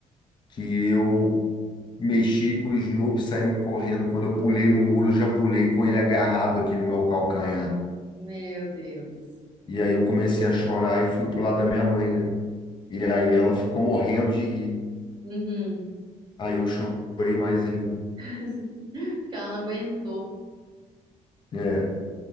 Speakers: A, on the left; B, on the right.
A: que eu mexi com o Snoop, saímos correndo. Quando eu pulei no muro, eu já pulei com ele agarrado aqui no meu calcanhar.
B: meu Deus.
A: E aí eu comecei a chorar e fui pro lado da minha mãe, né? E aí ela ficou morrendo de rir.
B: Uhum.
A: Aí eu chorei mais ainda.
B: <laughs> Porque ela não aguentou,
A: É.